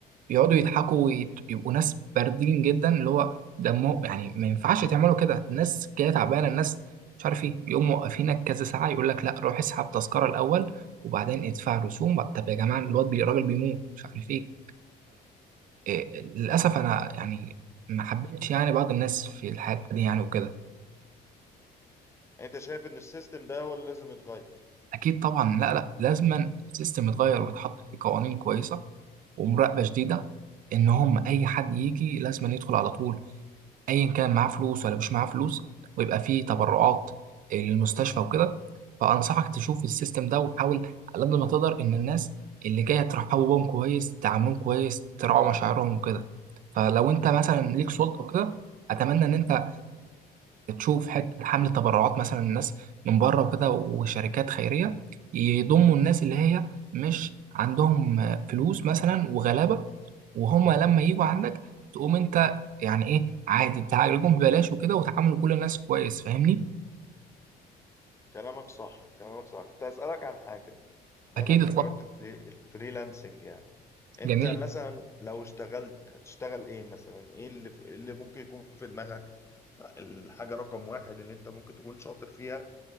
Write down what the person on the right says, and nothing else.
يقعدوا يضحكوا ويبقوا ناس باردين جدا اللي هو دمه يعني ما ينفعش تعملوا كده الناس جايه تعبانه الناس مش عارف ايه يقوم موقفينك كذا ساعه يقول لك لا روح اسحب تذكره الاول وبعدين ادفع رسوم بقى. طب يا جماعه الواد بي- الراجل بيموت مش عارف ايه فللاسف انا يعني ما حبيتش يعني بعض الناس في الحته دي يعني وكده
اكيد طبعا لا لا لازما السيستم يتغير ويتحط في قوانين كويسه ومراقبه شديده ان هم اي حد يجي لازما يدخل على طول ايا كان معاه فلوس ولا مش معاه فلوس ويبقى فيه تبرعات للمستشفى وكده فانصحك تشوف السيستم ده وحاول على قد ما تقدر ان الناس اللي جايه ترحبوا بهم كويس تعاملهم كويس تراعوا مشاعرهم وكده فلو انت مثلا ليك سلطه وكده اتمنى ان انت تشوف حته حمله تبرعات مثلا الناس من بره وكده وشركات خيريه يضموا الناس اللي هي مش عندهم فلوس مثلا وغلابه وهم لما يجوا عندك تقوم انت يعني ايه عادي تعالجهم ببلاش وكده وتعاملوا كل الناس كويس فاهمني
اكيد
طبعا
جميل